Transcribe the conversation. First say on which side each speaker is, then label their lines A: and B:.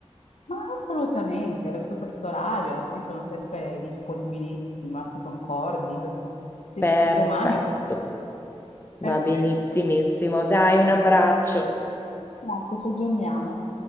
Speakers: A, on the left; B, on the left.
A: Ma assolutamente, verso questo orario, io sono sempre disponibilissima, se concordi. D- Se,
B: Perfetto,
A: se domani...
B: va
A: Perfetto.
B: benissimissimo. Dai, un abbraccio.
A: Grazie, ci aggiorniamo.